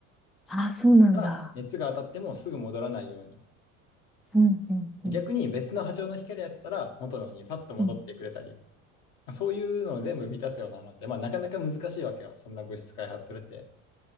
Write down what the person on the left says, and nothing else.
だから、熱が当たってもすぐ戻らないように。
逆に別の波長の光当てたら元のにパッと戻ってくれたり、
そういうのを全部満たすようなのって、まあ、なかなか難しいわけよ。そんな物質開発するって。